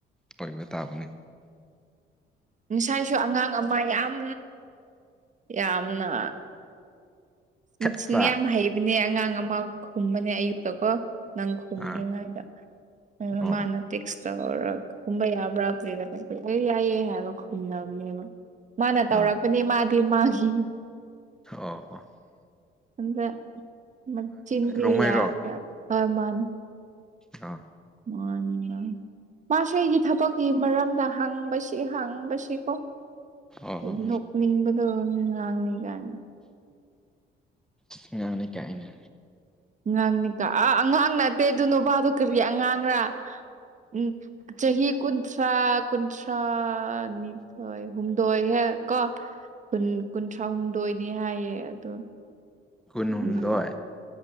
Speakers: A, in the centre; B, on the right (about 40°).
A: ꯑꯣꯏꯕ ꯇꯥꯕꯅꯦ
B: ꯉꯁꯥꯏꯁꯨ ꯑꯉꯥꯡ ꯑꯃ ꯌꯥꯝ ꯌꯥꯝꯅ ꯃꯆꯤꯟ
A: ꯈꯠꯄ
B: ꯌꯥꯝ ꯍꯩꯕꯅꯦ ꯑꯉꯥꯡ ꯑꯃ ꯈꯨꯝꯕꯅꯦ ꯑꯌꯨꯛꯇꯀꯣ ꯅꯪ ꯈꯨꯝꯗ꯭ꯔꯤꯉꯩꯗ
A: ꯑꯥ
B: ꯑ
A: ꯑꯣ
B: ꯃꯥꯅ ꯇꯦꯛꯁ ꯆꯥꯎꯔ ꯈꯨꯝꯕ ꯌꯥꯕ꯭ꯔꯥ <unintelligible> ꯑꯩ ꯌꯥꯏꯌꯦ ꯍꯥꯏꯕ ꯈꯨꯝꯗꯕꯅꯦꯕ ꯃꯥꯅ ꯇꯧꯔꯛꯄꯅꯦ
A: ꯑꯥ
B: ꯃꯥꯗꯤ ꯃꯥꯒꯤ
A: ꯑꯣ ꯑꯣ
B: ꯑꯗ ꯃꯆꯤꯟꯗꯤ
A: ꯔꯣꯡꯃꯩꯔꯣ
B: ꯌꯥꯕ꯭ꯔ ꯑ ꯃꯥꯟꯅꯦ
A: ꯑꯥ
B: ꯃꯥꯅꯤ ꯃꯥ ꯃꯥꯁꯨ ꯑꯩꯒꯤ ꯊꯕꯛꯀꯤ ꯃꯔꯝꯗ ꯍꯪꯕꯁꯤ ꯍꯪꯕꯁꯤꯀꯣ
A: ꯑꯣ
B: ꯑꯗꯨ
A: ꯑꯣ
B: ꯅꯣꯛꯅꯤꯡꯕꯗꯣ ꯉꯥꯡꯅꯤ ꯀꯥꯏꯅ
A: ꯑꯉꯥꯡꯅꯤ ꯀꯥꯏꯅ
B: ꯉꯥꯡꯅꯤꯀꯥ ꯑꯥ ꯑꯉꯥꯡ ꯅꯠꯇꯦ ꯑꯗꯨ ꯅꯨꯄꯥꯗꯨ ꯀꯔꯤ ꯑꯉꯥꯡꯔꯥ ꯎꯝ ꯆꯍꯤ ꯆꯍꯤ ꯀꯨꯟꯊ꯭ꯔꯥ ꯀꯨꯟꯊ꯭ꯔꯥ ꯊ꯭ꯔꯥ ꯅꯤꯊꯣꯏ ꯍꯨꯝꯗꯣꯏ ꯍꯦꯛ ꯀꯣ ꯀꯨꯟ ꯀꯨꯟꯊ꯭ꯔꯥꯍꯨꯝꯗꯣꯏꯅꯤ ꯍꯥꯏꯌꯦ ꯑꯗꯣ
A: ꯀꯨꯟꯍꯨꯝꯗꯣꯏ
B: ꯎꯝ